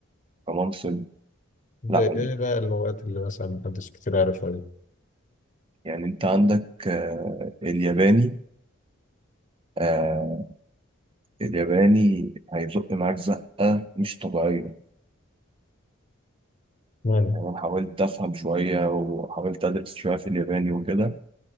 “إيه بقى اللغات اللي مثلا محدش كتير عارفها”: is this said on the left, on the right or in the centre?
Left